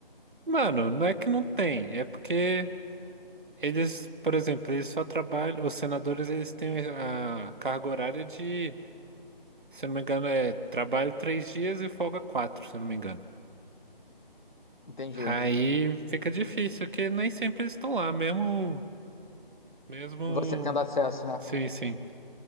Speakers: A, on the right; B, on the left.
A: Mano, não é que não tem, é porque. Eles, por exemplo, eles só trabalham, os senadores eles têm a carga horária de, se eu não me engano, é trabalho três dias e folga quatro, se eu não me engano.
B: Entendi.
A: Aí fica difícil, porque nem sempre eles estão lá, mesmo, mesmo,
B: Você tendo acesso, né?
A: sim, sim.